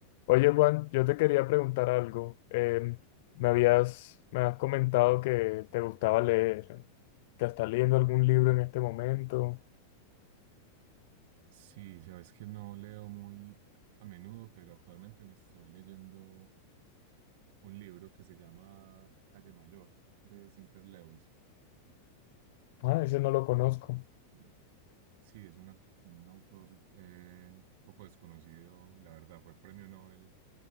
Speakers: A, on the left; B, on the right.
A: Oye, Juan, yo te quería preguntar algo. Em, me habías, me has comentado que te gustaba leer. ¿Te estás leyendo algún libro en este momento?
B: Sí, sabes que no leo muy a menudo, pero actualmente me estoy leyendo un libro que se llama Calle Mayor de Sinclair Lewis.
A: Ah, ese no lo conozco.
B: No. Sí, es una- un autor eh, poco desconocido, la verdad, fue premio Nobel